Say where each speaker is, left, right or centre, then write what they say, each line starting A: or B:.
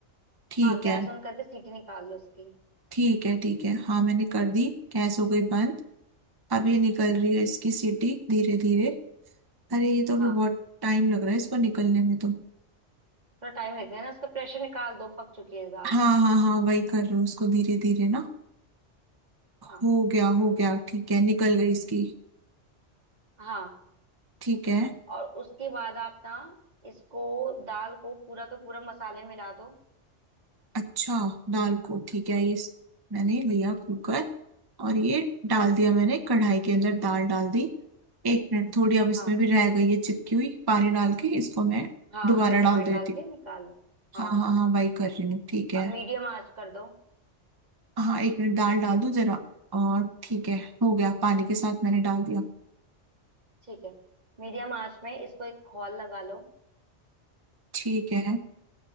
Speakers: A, on the right; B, on the right.
A: ठीक
B: हाँ गैस
A: है
B: बंद करके सीटी निकाल लो उसकी
A: ठीक है ठीक है हाँ मैंने कर दी गैस हो गई बंद अब ये निकल रही है इसकी सीटी धीरे धीरे अरे ये तो अभी
B: हाँ
A: बहुत टाइम लग रहा है इसको निकलने में तो
B: थोड़ा टाइम लगेगा ना उसका प्रेशर निकाल दो पक चुकी है दाल
A: हाँ हाँ हाँ वही कर रही हूँ उसको धीरे धीरे ना
B: हाँ
A: हो गया हो गया ठीक है निकल गई इसकी
B: हाँ
A: ठीक है
B: और उसके बाद आप ना इसको दाल को पूरा का पूरा मसाले मिला दो
A: अच्छा दाल को ठीक है ये स- मैंने लिया कुकर और ये डाल
B: हाँ
A: दिया मैंने कढ़ाई के अंदर दाल डाल दी एक मिनट थोड़ी अब इसमें
B: हाँ
A: भी रह गई है चिपकी हुई पानी डाल के इसको मैं
B: हाँ
A: दोबारा
B: हल्का
A: डाल
B: पानी
A: देती
B: डाल
A: हूँ
B: के निकाल लो हाँ
A: हाँ
B: हाँ
A: हाँ हाँ वही कर रही हूँ ठीक है
B: अब मीडियम आंच कर दो
A: हाँ एक मिनट दाल डाल दूं जरा और ठीक है हो गया पानी के साथ मैंने डाल दिया
B: ठीक है मीडियम आंच में इसको एक खौल लगा लो
A: ठीक है